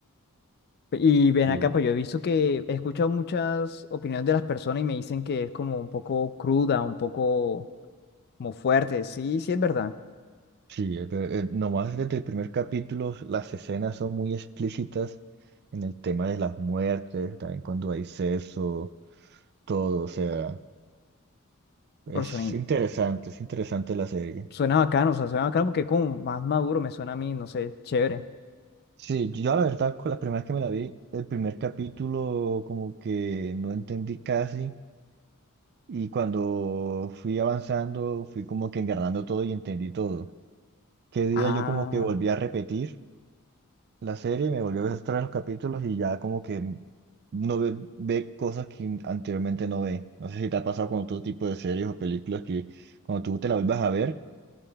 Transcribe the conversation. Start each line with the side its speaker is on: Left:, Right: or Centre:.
Left: Y ven
Right: Sí,
Left: acá, pues yo he visto que he escuchado muchas opiniones de las personas y me dicen que es como un poco cruda, un poco como fuerte, sí, sí es verdad.
Right: sí, eh, pero, eh, nomás desde el primer capítulo las escenas son muy explícitas en el tema de las muertes, también cuando hay sexo, todo, o sea, es
Left: Pero suena, in-
Right: interesante, es interesante la serie.
Left: suena bacano, o sea, suena bacano porque como más maduro me suena a mí, no sé, chévere.
Right: Sí, yo la verdad, con la primera vez que me la vi, el primer capítulo como que no entendí casi. Y cuando fui avanzando, fui como que engarrando todo y entendí todo. Qué día
Left: Ah,
Right: yo como que volví a repetir la serie, me volvió a ver los capítulos y ya como que no ve, ve cosas que anteriormente no ve. No sé si te ha pasado con otro tipo de series o películas que cuando tú te la vuelvas a ver,